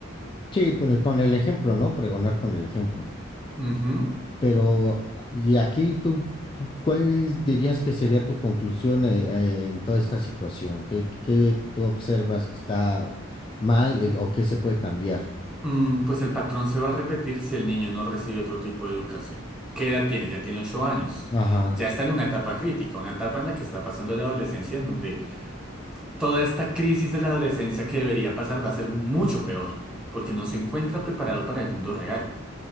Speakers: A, on the left; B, in the centre.
A: Sí, pues con el ejemplo, ¿no? Pregonar con el ejemplo.
B: Ujú.
A: Pero, y aquí tú, tú- ¿cuál dirías que sería tu conclusión eh, eh, en toda esta situación? ¿Qué, qué tú observas que está mal eh, o qué se puede cambiar?
B: Mm, pues el patrón se va a repetir si el niño no recibe otro tipo de educación. ¿Qué edad tiene? Ya tiene ocho años.
A: Ajá,
B: Ya está en una etapa crítica, una etapa en la que está pasando la adolescencia, en donde toda esta crisis de la adolescencia que debería pasar va a ser mucho peor, porque no se encuentra preparado para el mundo real.